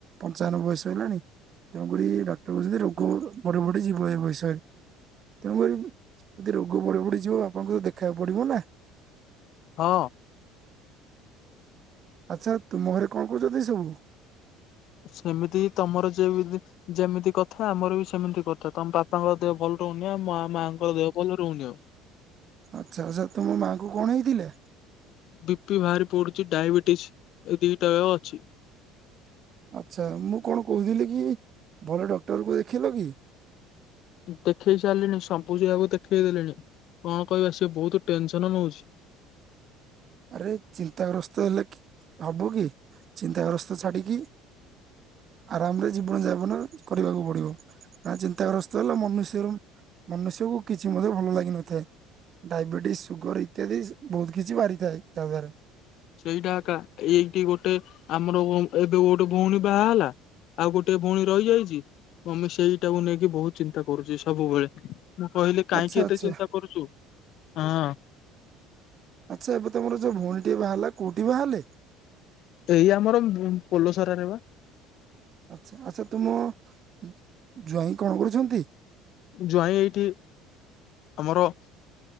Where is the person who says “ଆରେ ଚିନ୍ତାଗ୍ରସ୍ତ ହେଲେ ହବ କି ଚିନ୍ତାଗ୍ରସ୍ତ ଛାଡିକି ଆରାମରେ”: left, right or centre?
Right